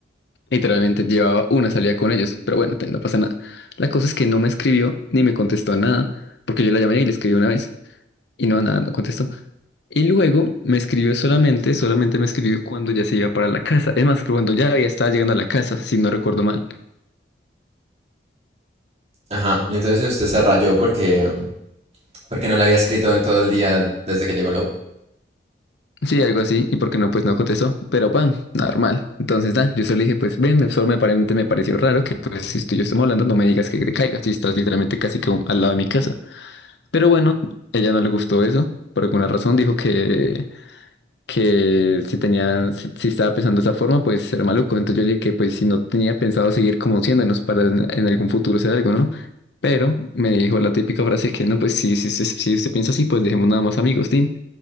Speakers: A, on the left; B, on the right.
A: literalmente llevaba una salida con ellos, pero bueno, te- no pasa nada. La cosa es que no me escribió ni me contestó nada, porque yo la llamé y le escribí una vez y no, nada, no contestó. Y luego me escribió solamente, solamente me escribió cuando ya se iba para la casa. Es más, cuando ya había estaba llegando a la casa, si no recuerdo mal.
B: Ajá. Y entonces usted se rayó porque, mm, porque no le había escrito en todo el día desde que llegó a la U.
A: Sí, algo así, y porque no, pues no contestó, pero pan, normal. Entonces, da, yo solo dije, pues ven, me- solo me, pare- me pareció raro que, pues, si tú y yo estamos hablando, no me digas que te caigas, si estás literalmente casi que al lado de mi casa. Pero bueno, ella no le gustó eso, por alguna razón dijo que, que si tenía, si, si estaba pensando de esa forma, pues era maluco. Entonces yo le dije que, pues, si no tenía pensado seguir conociéndonos para en, en algún futuro ser algo, ¿no? Pero me dijo la típica frase que, no, pues, si, si, si, si usted piensa así, pues dejemos nada más amigos, Tim.